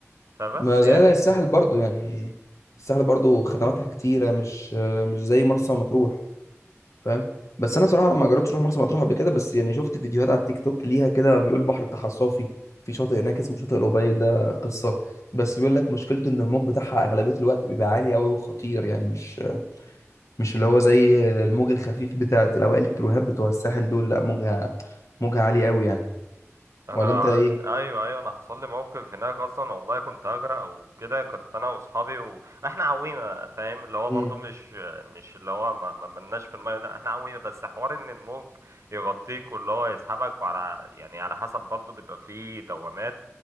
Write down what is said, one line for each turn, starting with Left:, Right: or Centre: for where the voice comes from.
Right: فبس
Left: ما
Right: يعني
Left: زي زي الساحل برضو يعني الساحل برضو خدماتها كتيره مش مش زي مرسى مطروح فاهم بس انا صراحه لما جربت اروح مرسى مطروح قبل كده بس يعني شفت فيديوهات على التيك توك ليها كده بيقول بحر بتاعها صافي في شاطئ هناك اسمه شاطئ القبيل ده قصه بس بيقول لك مشكلته ان الموج بتاعها اغلبيه الوقت بيبقى عالي قوي وخطير يعني مش مش اللي هو زي الموج الخفيف بتاع الاوائل الكروهات بتوع الساحل دول لا موجها موجها عالي قوي يعني
Right: انا
Left: ولا انت
Right: ع-
Left: ايه
Right: ايوه ايوه انا حصل لي موقف هناك اصلا والله كنت هغرق وكده كنت انا واصحابي واحنا عويمه فاهم اللي هو برضو
Left: امم
Right: مش مش اللي هو ما ما- ملناش في الميه لا احنا عويمه بس حوار ان الموج يغطيك واللي هو يسحبك وعلى يعني على حسب برضو بيبقى فيه دوامات